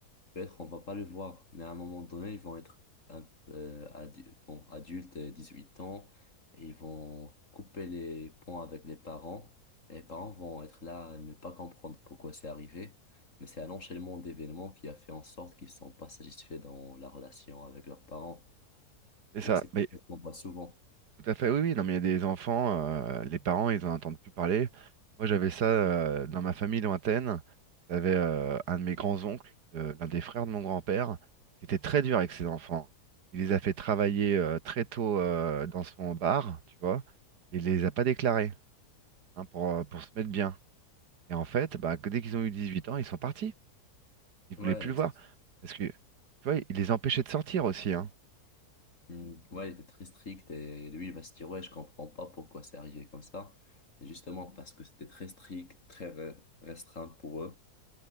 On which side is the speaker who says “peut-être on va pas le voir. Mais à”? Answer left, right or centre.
Left